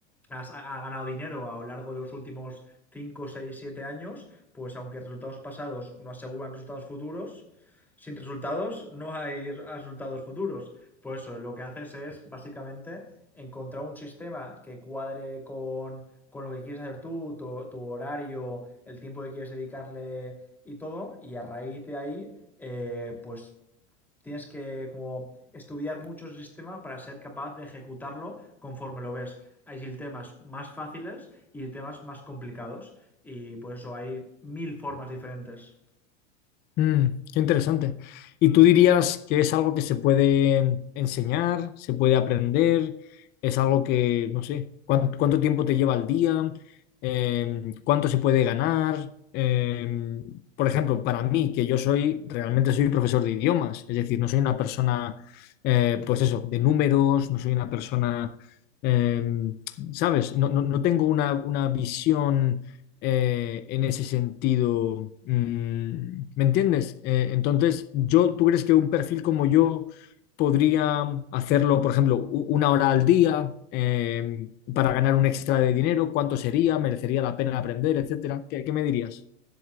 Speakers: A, in the centre; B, on the left (about 30°).
A: has, ha ganado dinero a lo largo de los últimos 5 6 7 años, pues aunque resultados pasados no aseguran resultados futuros, sin resultados no hay resultados futuros. Por eso lo que haces es básicamente encontrar un sistema que cuadre con, con lo que quieres hacer tú, tu, tu, horario, el tiempo que quieres dedicarle y todo, y a raíz de ahí, eh, pues tienes que como estudiar mucho el sistema para ser capaz de ejecutarlo conforme lo ves. Hay sistemas más fáciles y temas más complicados. Y por eso hay mil formas diferentes.
B: Mm, qué interesante. ¿Y tú dirías que es algo que se puede enseñar, se puede aprender? ¿Es algo que, no sé, cuán- cuánto tiempo te lleva al día? Eh, ¿cuánto se puede ganar? Eh, por ejemplo, para mí, que yo soy, realmente soy profesor de idiomas, es decir, no soy una persona, eh, pues eso, de números, no soy una persona, eh, ¿sabes? No, no- no tengo una, una visión eh, en ese sentido. mm, ¿me entiendes? Eh, entonces, yo, ¿tú crees que un perfil como yo podría hacerlo, por ejemplo, u- una hora al día eh, para ganar un extra de dinero? ¿Cuánto sería? ¿Merecería la pena aprender, etcétera? ¿Qué, qué me dirías?